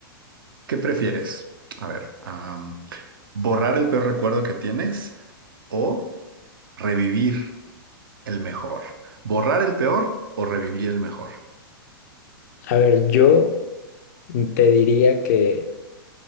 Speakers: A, on the right; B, on the left.
A: ¿Qué prefieres? A ver, am, ¿borrar el peor recuerdo que tienes o revivir el mejor? ¿Borrar el peor o revivir el mejor?
B: A ver, yo te diría que,